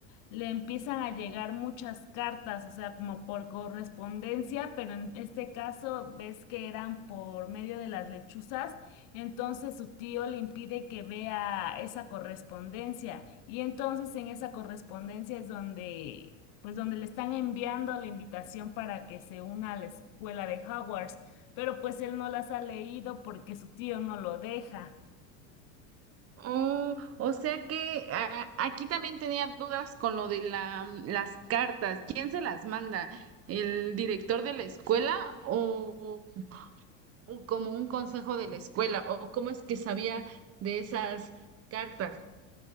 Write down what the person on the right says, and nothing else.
Oh, o sea que ah, aquí también tenía dudas con lo de la, las cartas. ¿Quién se las manda? ¿El director de la escuela o, o como un consejo de la escuela? ¿O cómo es que sabía de esas cartas?